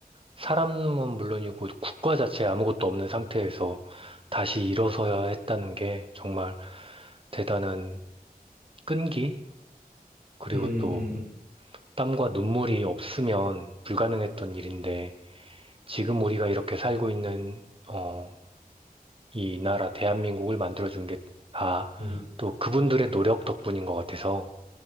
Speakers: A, on the right; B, on the right.
A: 사람은 물론이고 국가 자체에 아무것도 없는 상태에서 다시 일어서야 했다는 게 정말 대단한 끈기? 그리고
B: 음, 음,
A: 또
B: 음.
A: 땀과 눈물이 없으면 불가능했던 일인데 지금 우리가 이렇게 살고 있는 어, 이 나라 대한민국을 만들어준 게 다
B: 음.
A: 또 그분들의 노력 덕분인 것 같아서